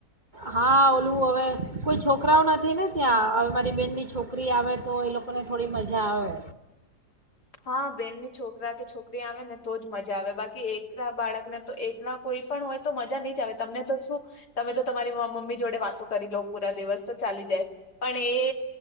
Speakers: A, on the right; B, on the left.
A: હા ઓલું હવે. કોઈ છોકરાઓ નથી ને. ત્યાં હવે મારી બેહેનની છોકરી આવે તો એ લોકોને થોડી મજા આવે.
B: હા બેનની છોકરા કે છોકરી આવે ને તો જ મજા આવે બાકી એક કલા બાળકને તો એકલા કોઈ. પણ હોય તો મજા ની જ આવે તમને તો શું તમે. તમારી મમ્મી જોડે વાતો કરી લઉ પૂરા દિવસ તો ચાલી જાય. પણ એ